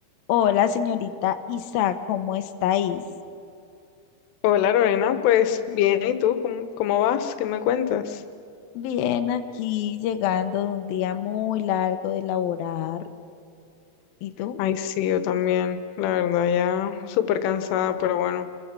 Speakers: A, on the left; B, on the left.
A: Hola, señorita Isa, ¿cómo estáis?
B: Hola Lorena, pues bien, ¿y tú? ¿Cómo, cómo vas? ¿Qué me cuentas?
A: Bien, aquí llegando de un día muy largo de laborar. ¿Y tú?
B: Ay, sí, yo también, la verdad, ya súper cansada, pero bueno,